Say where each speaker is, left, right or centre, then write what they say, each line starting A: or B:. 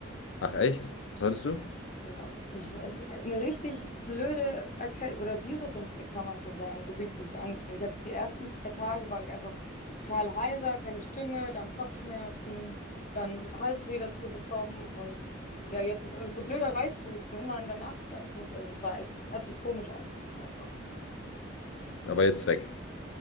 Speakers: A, on the left (about 75°); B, on the left (about 40°).
A: Ach, echt? Was hattest du?
B: Ja, ich weiß, eine richtig blöde Erkältung oder Virusinfekt kann man schon sagen, so wie ich das angefühlt. Ich habe die ersten zwei Tage war ich einfach total heiser, keine Stimme, dann Kopfschmerzen, dann Halsweh dazu bekommen und ja, jetzt ist und so blöder Reizhusten immer in der Nacht, weißt du, also es war echt, hat sich komisch angefühlt einfach.
A: Aber jetzt weg.